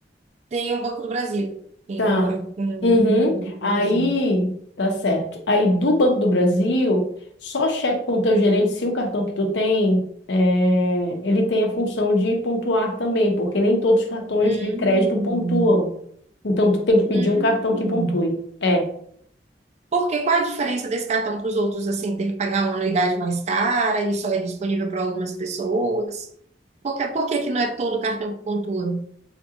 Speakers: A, on the right; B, on the left.
A: Tem um Banco do Brasil. Tem
B: Tá.
A: um, ora- um
B: Uhum.
A: Banco
B: Aí,
A: do Brasil.
B: tá certo. Aí do Banco do Brasil, só cheque com o teu gerente se o cartão que tu tem, é, ele tem a função de pontuar também, porque nem todos os cartões
A: Hum,
B: de crédito pontuam. Então, tu tem que pedir
A: hum.
B: um cartão que pontue. É,
A: Por quê? Qual a diferença desse cartão para os outros, assim, ter que pagar uma anuidade mais cara? Ele só é disponível para algumas pessoas? Por que, por que que não é todo cartão que pontua?